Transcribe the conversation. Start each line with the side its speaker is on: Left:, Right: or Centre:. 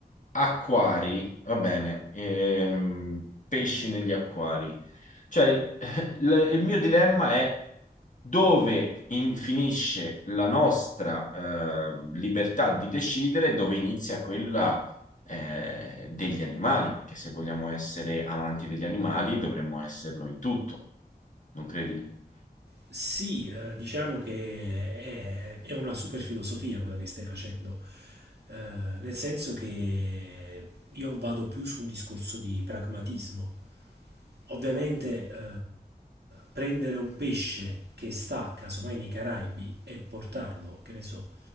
Left: acquari, va bene, ehm, pesci negli acquari. Cioè, <laughs> il il mio dilemma è dove in- finisce la nostra eh, libertà di decidere, e dove inizia quella eh, degli animali, perché se vogliamo essere amanti degli animali dovremmo esserlo in tutto, non credi?
Right: Sì, eh, diciamo che è, è una super filosofia quella che stai facendo, eh, nel senso che io vado più su un discorso di pragmatismo. Ovviamente eh, prendere un pesce che sta casomai nei Caraibi e portarlo, che ne so,